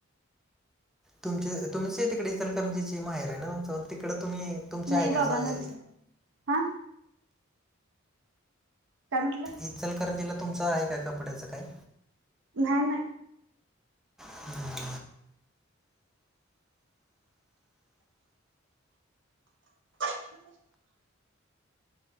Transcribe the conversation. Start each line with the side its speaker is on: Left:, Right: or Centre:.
Centre: तुमचे तुमच तिकडे इचलकरंची ची माहेर आहे ना, तुम तिकडे तुम्ही तुमच्या
Right: नाही
Centre: ह्या ऐकाचं
Right: बाबांना
Centre: हे.
Right: दुसरा हा. काय म्हटलं?
Centre: इचलकरंजीला तुमचं आहे काय कपड्याचं काय.
Right: नाही नाही.
Centre: ह.
Right: ह.